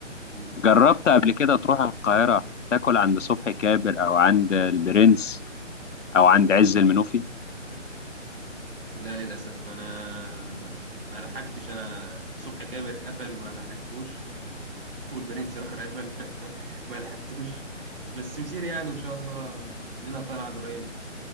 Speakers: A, on the right (about 45°); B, on the left (about 75°).
A: و-
B: جربت قبل كده تروح القاهرة تاكل عند صبحي كابر أو عند البرنس أو عند عز المنوفي؟
A: لا للاسف انا ما لحقتش انا صبح كابر قفل ما لحقتوش والبرنس الاخر قفل <laughs> ما لحقتوش بس مسير يعني ان شاء الله لنا طالعه قريب